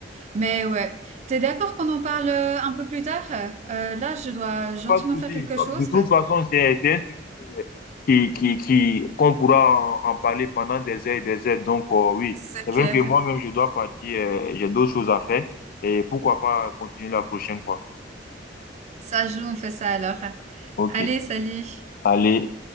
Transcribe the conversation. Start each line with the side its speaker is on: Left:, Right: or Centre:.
Right: Mais ouais. T'es d'accord qu'on en parle euh, un peu plus tard? Euh, là, je dois gentiment
Left: pas de souci.
Right: faire quelque chose.
Left: De toute façon, c'est c'est un sujet euh, qui, qui, qui, qu'on pourra en, en parler pendant des heures et des heures. Donc, euh, oui,
Right: C'est
Left: c'est
Right: clair.
Left: vrai que moi-même, je dois partir. euh, j'ai d'autres choses à faire. Et pourquoi pas continuer la prochaine fois.
Right: Ça joue, on fait ça alors.
Left: OK.
Right: Allez, salut!
Left: Allez,